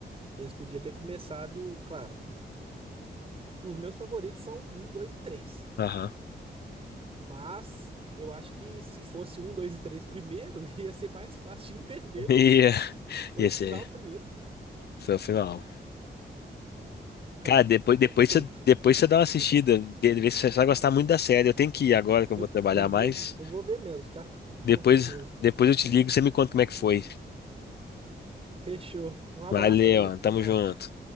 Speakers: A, on the right; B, on the left.
A: eles podiam ter começado, claro, os meus favoritos são um, dois e três.
B: Aham. <laughs>
A: Mas eu acho que se fosse um, dois e três primeiro, <laughs> ia ser mais fácil de entender,
B: E,
A: né? Foi
B: e
A: o
B: esse
A: final primeiro.
B: foi
A: E,
B: o final.
A: claro,
B: Cara, depois,
A: foi perfeito.
B: depois você, depois você dá uma assistida,
A: Hum.
B: de- vê se você vai gostar muito da série. Eu tenho que ir agora que eu
A: Eu,
B: vou trabalhar
A: eu
B: mais.
A: vou, vi- eu vou ver mesmo, tá? <laughs> Vou
B: Depois,
A: ver mesmo.
B: depois eu te ligo e você me conta como é que foi.
A: Fechou. Um abraço,
B: Valeu,
A: amigo. Até
B: tamo
A: mais.
B: junto.